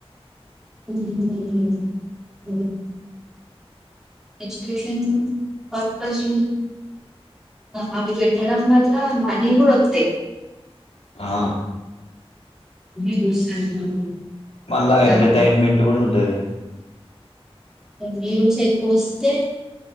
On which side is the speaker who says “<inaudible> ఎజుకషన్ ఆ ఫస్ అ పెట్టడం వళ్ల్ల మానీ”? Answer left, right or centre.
Centre